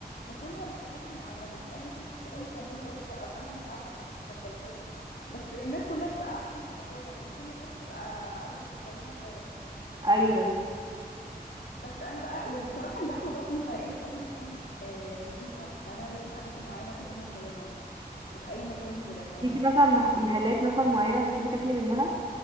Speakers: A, on the left (about 80°); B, on the right (about 30°).
A: باكلها من اماكن معينه في اماكن كتير قوي بتعملها وحشه او انا مش عارفه ما بتقبلهاش بس الناس كلها بتبقى عكسي في الموضوع ده يعني كل الناس بتبقى عايزه في شاورما فراخ
B: ايوه
A: بس انا بقى وبصراحه اللحمه برضو مش هلاقيها في اي مكان آه نظيفه فانا لازم اماكن معينه اكل منها الشاورما مش مش اي مكان كده ف
B: ليكي مثلا مح- محلات مثلا معينه بتحبي تاكلي منها